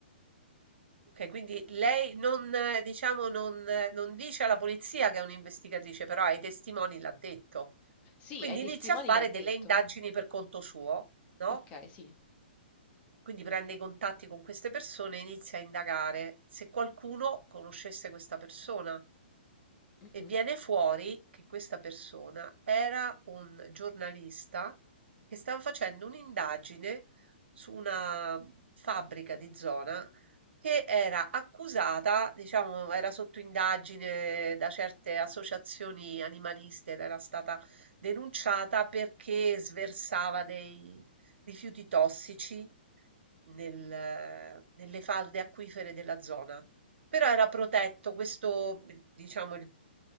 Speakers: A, on the right (about 80°); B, on the left (about 20°).
A: Ok, quindi lei non, eh, diciamo, non, eh, non dice alla polizia che è un'investigatrice, però ai testimoni l'ha detto.
B: Sì,
A: Quindi
B: ai testimoni
A: inizia a fare
B: le ha detto.
A: delle indagini per conto suo, no,
B: Ok, sì.
A: quindi prende i contatti con queste persone e inizia a indagare se qualcuno conoscesse questa persona.
B: Mhm,
A: E viene fuori che questa persona era un giornalista che stava facendo un'indagine su una fabbrica di zona che era accusata, diciamo, era sotto indagine da certe associazioni animaliste ed era stata denunciata perché sversava dei rifiuti tossici nel- nelle falde acquifere della zona. Però era protetto, questo, diciamo, il